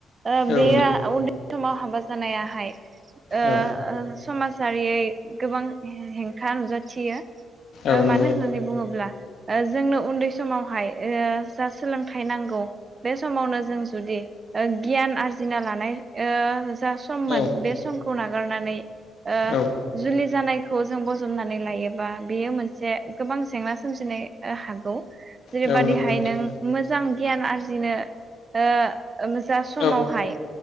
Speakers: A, on the right; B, on the left.
A: ओ
B: औ
A: बेयो
B: नंगौ
A: उन्दै समाव हाबा जानायाहाय ओ
B: औ
A: ओ समाजारियै गोबां हेंथा नुजाथियो।
B: औ
A: ओ
B: नंगौ
A: मानो होननानै बुङोब्ला ओ जोंनो उन्दै समावहाय ओ जा सोलोंथाइ नांगौ बे समावनो जों जुदि ओ गियान आरजिना लानाय ओ जा सममोन
B: औ
A: बे समखौ नागारनानै ओ
B: औ
A: जुलि जानायखौ जों बजबनानै लायोबा बेयो मोनसे गोबां जेंना सोमजिनाय ओ हागौ। जेरैबायादिहाय
B: औ नंगौ नोंथां
A: नों मोजां गियान आरजिनो ओ उम जा समावहाय
B: औ